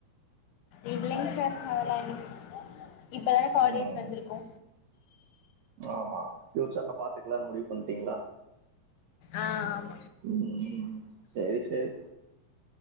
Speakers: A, on the left; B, on the right.
A: இல்லைங்க சார் அதெல்லா இல்ல இப்பதான காலேஜ்
B: ம்
A: வந்திருக்கோ
B: ஆமா ஃபியூச்சர்ல பாத் த்துக்கலானு முடிவு பண்ணிட்டீங்களா
A: ஆ ஆமா
B: ம் சேரி சேரி